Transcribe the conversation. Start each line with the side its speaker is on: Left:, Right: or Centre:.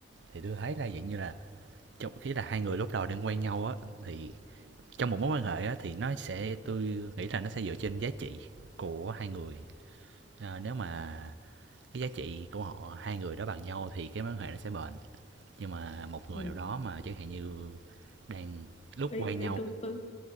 Right: thì tôi thấy là dạng như là trong ý là hai người lúc đầu đang quen nhau á, thì trong một mối quan hệ á thì nó sẽ tôi nghĩ là nó sẽ dựa trên giá trị của hai người. Ờ, nếu mà cái giá trị của họ hai người đó bằng nhau thì cái mối quan hệ nó sẽ bền nhưng mà một người
Left: ừ.
Right: nào đó mà chẳng hạn như đang lúc
Left: đi
Right: quay nhau
Left: đi tôi tôi